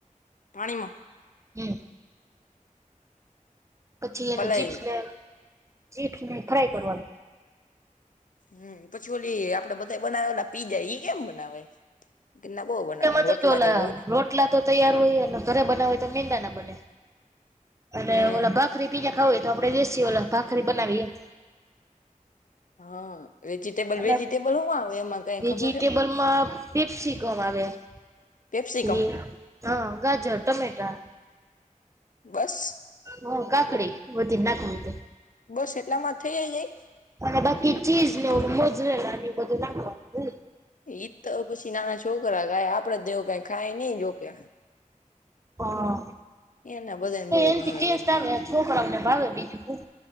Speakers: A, on the left; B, on the right.
A: પાણીમાં
B: હમ પછી એને
A: પલાય
B: ચીપ્સ ને ચીપ્સ ને એ ફ્રાય કરવાનું.
A: હમ પછી ઓલી આપડે બધાય બનાવે પીજા ઈ કેમ બનાવે? તેના બહુ બનાવે
B: એમાં
A: રોટલા
B: તો જો ઓલા
A: જેવું હોય ને
B: રોટલા તો તૈયાર હોય ઘરે બનાવ હોય તો મેંદા ના બને અને
A: ને હમ
B: ઓલા ભ <inaudible> દેશીએલા ભખરી બનાવીએ એમ
A: હા, વેજીિટેબલ-વેજીિટેબલ
B: અને
A: હુ આવે એમાં કાંઈ
B: વેજીિટેબલમાં
A: ખબર હે?
B: પેપ્સિકમ આવે
A: કેપસીકમ.
B: પછી હા. ગાજર, ટમેટા.
A: બસ.
B: હહ કાકડી હ દ નાક હોતે.
A: બસ એટલામાં થઇ ગઈ?
B: અને બાકી ચીઝને ઓલુ મોજરેલા એવું બધું નાખવાનું.
A: ઈ જ તો પછી નાના છોકરા ખાય. આપણે તો કાંઈ ખાય નહીં જોકે.
B: હા.
A: એને બધાને
B: એનાથી
A: બહુ ભાવ્યા
B: ટેસ્ટ
A: બચ્ચા
B: આવે
A: ઓ ને.
B: છોકરાઓને ભાવે બીજું હું